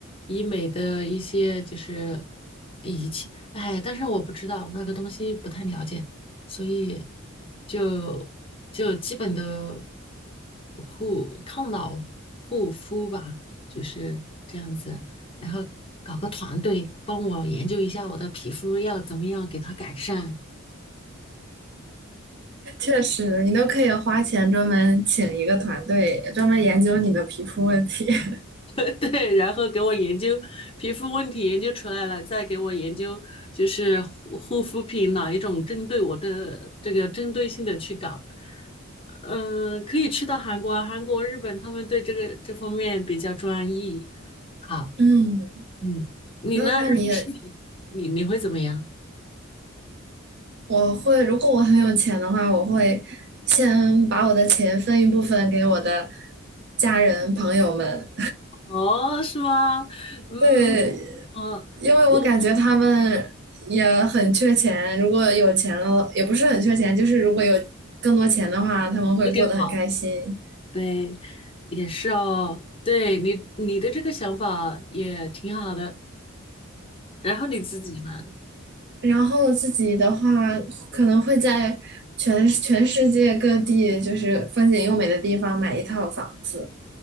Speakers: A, on the left; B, on the right.
A: 医美的一些就是仪器，哎，但是我不知道那个东西不太了解，所以就就基本的护抗老护肤吧，就是这样子。然后搞个团队帮我研究一下我的皮肤要怎么样给它改善，
B: 确实，你都可以花钱专门请一个团队，专门研究你的皮肤问题。<laughs>
A: <laughs> 对，然后给我研究皮肤问题研究出来了，再给我研究就是护护肤品哪一种针对我的这个针对性的去搞，嗯，可以去到韩国啊、韩国、日本，他们对这个这方面比较专一。好，
B: 嗯，
A: 嗯，你呢？
B: 那那你也
A: 如果是你，你你会怎么样？
B: 我会，如果我很有钱的话，我会先把我的钱分一部分给我的家人朋友们，
A: 哦，是吗？嗯，
B: 对，
A: 哦，
B: 因为我感觉他们也很缺钱，
A: 我我
B: 如果有钱了，也不是很缺钱，就是如果有更多钱的话，他们会过得很开心。
A: 会更好。对，也是哦。对你，你的这个想法也挺好的。然后你自己呢？
B: 然后自己的话，可能会在全全世界各地，就是风景优美的地方买一套房子。